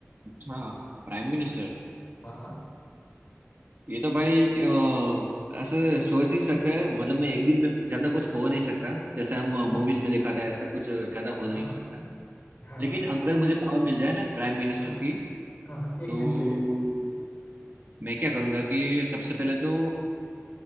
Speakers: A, on the right (about 45°); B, on the left (about 45°).
A: अच्छा प्राइम मिनिस्टर
B: हाँ
A: ये तो भाई अ, ऐसे सोच ही सकते हैं मतलब मैं एक दिन में ज्यादा कुछ हो नहीं सकता जैसे हम
B: हाँ
A: मूवीज में दिखाते हैं ऐसा कुछ ज्यादा हो
B: हाँ
A: नहीं
B: हाँ
A: सकता
B: हाँ
A: लेकिन
B: हाँ
A: अगर मुझे पावर मिल जाए ना प्राइम मिनिस्टर
B: हाँ हाँ
A: की
B: हाँ, एक
A: तो
B: दिन के लिए
A: मैं क्या करूंगा कि सबसे पहले तो